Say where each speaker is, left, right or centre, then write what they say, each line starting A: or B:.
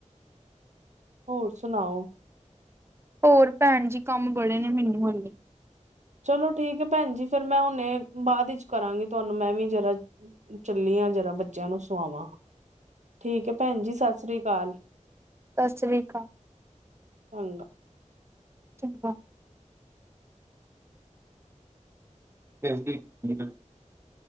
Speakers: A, on the right (about 65°); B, on the right (about 20°).
A: ਹੋਰ ਸੁਣਾਓ।
B: ਹੋਰ ਪੈਣ ਜੀ ਕੰਮ ਬੜੇ ਨੇ ਮੈਨੂੰ ਹਲੇ
A: ਚਲੋ ਠੀਕ ਪੈਣ ਜੀ ਫਿਰ ਮੈਂ ਹੁਣੇ ਬਾਦ ਵਿਚ ਕਰਾਂਗੀ ਤੁਹਾਨੂੰ ਮੈਂ ਵੀ ਜਰਾ ਚੱਲੀ ਆਂ ਜਰਾ ਬੱਚਿਆਂ ਨੂੰ ਸੁਆਵਾਂ ਠੀਕ ਹੈ ਪੈਣ ਜੀ ਸਸਰੀ ਕਾਲ
B: ਸਸਰੀ ਕਾਲ
A: ਹਂਗਾ
B: ਚੰਗਾ ਦਿਲ ਦੀ